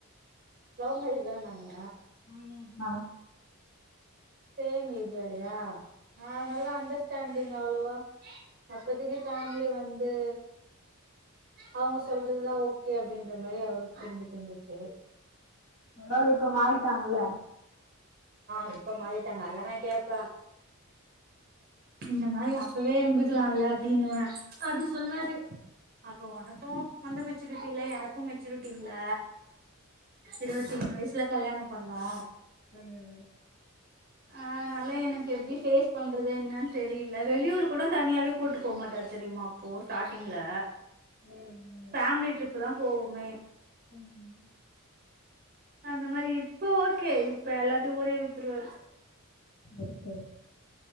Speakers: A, on the right; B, on the left.
A: லவ் மேரேஜ் தான நாங்க
B: <inaudible>
A: சேம் ஏஜ் வேறயா அதுனால அண்டஸ்டாண்டிங் அவ்ளவா அப்பதிக்கி ஃபேம்லி வந் து அவ்ங்க சொல்றதுதா ஓகே அப்டின்ற மாரி அவருக்கு தெருஞ்சுட்டு இருந்தது சேர்
B: இருந்தாலு இப்ப மாறிட்டாங்கள்ள
A: ஆ இப்ப மாறிட்டாங்க அதா நா கேப்பே இந்த மாரி அப் பவே இருந்திருக்கலால்ல அப்டின்னுவே அது சொல்வாரு அப்ப ஒனக்கு வந்து மெச்சூரிட்டி இல்ல எனக்கு மெச்சூரிட்டி இல்ல இருவத்தி மூணு வயசுல கல்யாணொ பண்ணோ
B: சேரி
A: அதுனால எனக்கு எப்டி ஃபேஸ் பண்றது என்னான் தெரில வெளியூர் கூட தனியாவே கூட்டு போமாட்டாரு தெரியுமா அப்போ ஸ்டாட்டிங்ல
B: ம் ம்
A: ஃபேம்லி ட்ரிப்புதா போவோமே
B: ம்
A: அந்த மாரி இப்ப ஓகே இப்ப எல்லாத்தையு ஊரே வித்துருவாரு
B: சரி சரி